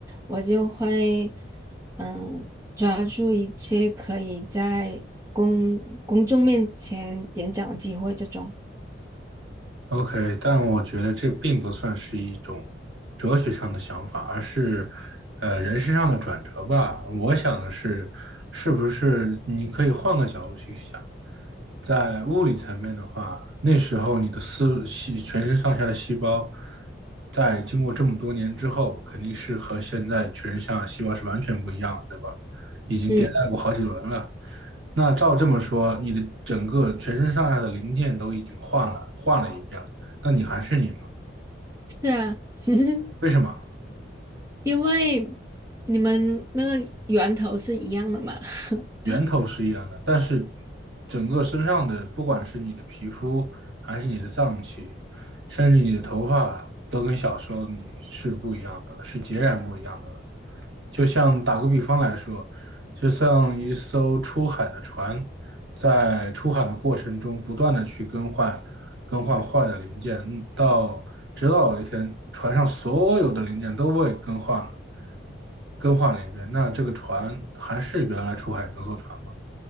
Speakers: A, on the right; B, on the right.
A: 我就会，嗯，抓住一切可以在公公众面前演讲的机会，这种。
B: OK，但我觉得这并不算是一种哲学上的想法，而是呃人身上的转折吧。我想的是，是不是你可以换个角度去想，在物理层面的话，那时候你的思细全身上下的细胞，在经过这么多年之后，肯定是和现在全身上下细胞是完全不一样的对吧？已经迭代过好几轮了。
A: 嗯，
B: 那照这么说，你的整个全身上下的零件都已经换了，换了一遍了，那你还是你吗？
A: 是啊，<laughs>
B: 为什么？
A: 因为你们那个源头是一样的嘛。<laughs>
B: 源头是一样的，但是整个身上的，不管是你的皮肤，还是你的脏器，甚至你的头发，都跟小时候你是不一样的，是截然不一样的就像打个比方来说，就像一艘出海的船，在出海的过程中，不断的去更换、更换坏的零件，嗯到直到有一天，船上所有的零件都被更换了。更换了一遍。那这个船还是原来出海那艘船吗？